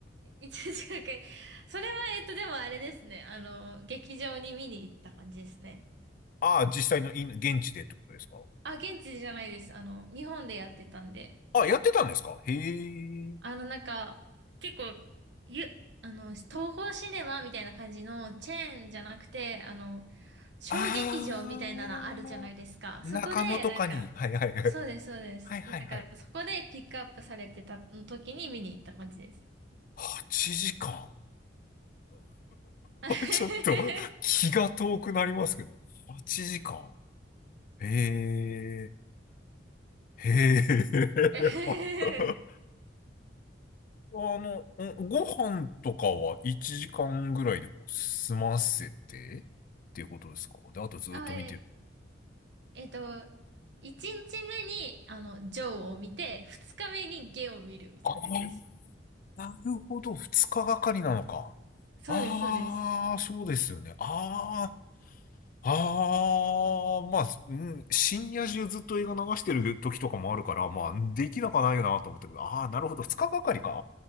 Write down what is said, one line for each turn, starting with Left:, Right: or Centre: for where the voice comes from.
Right: 一時間くらい。それは、えっと、でもあれですね。あの、劇場に見に行った感じですね。
Left: ああ、実際のイン現地でってことですか
Right: あ、現地じゃないです。あの、日本でやってたんで。
Left: あ、やってたんですかへえ。
Right: あの、なんか、結構、ゆ、あの、東宝シネマみたいな感じのチェーンじゃなくて、あの、小劇場みたいなのあるじゃないですか。
Left: ああ、中野とかに。
Right: そこで、なんか、
Left: はいはいはい。
Right: そうです、そうです。
Left: はいはいはい。
Right: なんか、そこでピックアップされてた時に見に行った感じです。
Left: 8時間。
Right: <laughs>
Left: <laughs> ちょっと気が遠くなりますけど。8時間。へえ、へえ。
Right: えへへ
Left: <laughs> あの、んご飯とかは1時間ぐらいでこう済ませてっていうことですかで、あとずっと見てる。
Right: あ、え、えっと、1日目に、あの、ジョーを見て、2日目にゲを見るみたいな感じです。
Left: ああ、なるほど。2日がかりなのか。
Right: そうです、
Left: ああ、
Right: そうです。
Left: そうですよね。ああ、ああ、まあ、うん、深夜中ずっと映画流してる時とかもあるから、まあ、できなくはないよなと思ったけど、ああ、なるほど。2日がかりか。あ